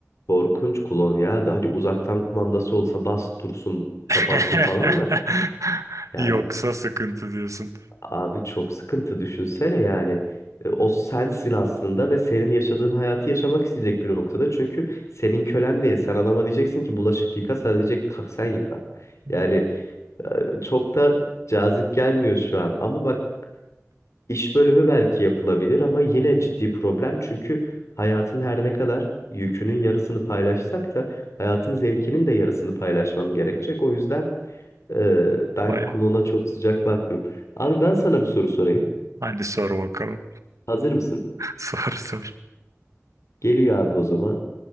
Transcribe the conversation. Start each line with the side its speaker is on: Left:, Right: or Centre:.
Left: korkunç klon ya. hani uzaktan kumandası olsa bas dursun, kapansın
Right: <laughs>
Left: falan da. Yani
Right: Yoksa sıkıntı diyorsun.
Left: abi çok sıkıntı düşünsene yani. E, O sensin aslında ve senin yaşadığın hayatı yaşamak isteyecek bir noktada. Çünkü senin kölen değil. Sen adama diyeceksin ki bulaşık yıka, sana diyecek "Kalk sen yıka.
Right: <laughs>
Left: Yani e, çok da cazip gelmiyor şu an. Ama bak İş bölümü belki yapılabilir ama yine ciddi problem çünkü hayatın her ne kadar yükünün yarısını paylaşsak da hayatın zevkinin de yarısını paylaşmam gerekecek. O yüzden e, ben
Right: Baya.
Left: klona çok sıcak bakmıyorum. Abi ben sana bir soru sorayım.
Right: Hadi sor bakalım.
Left: Hazır mısın?
Right: <laughs> Sor sor.
Left: Geliyor abi o zaman.